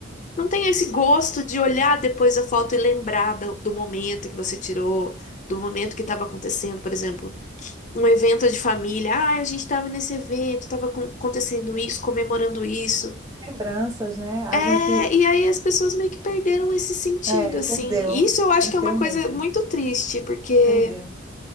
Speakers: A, on the left; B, on the right.
A: não tem esse gosto de olhar depois a foto e lembrar do, do momento que você tirou, do momento que estava acontecendo, por exemplo, um evento de família. Ah, a gente estava nesse evento, estava acontecendo isso, comemorando isso.
B: Lembranças, né? A
A: É,
B: gente...
A: e aí as pessoas meio que perderam esse sentido,
B: É,
A: assim.
B: perdeu.
A: E Isso eu acho
B: Perdeu
A: que é uma coisa
B: mesmo.
A: muito triste, porque
B: Perdeu.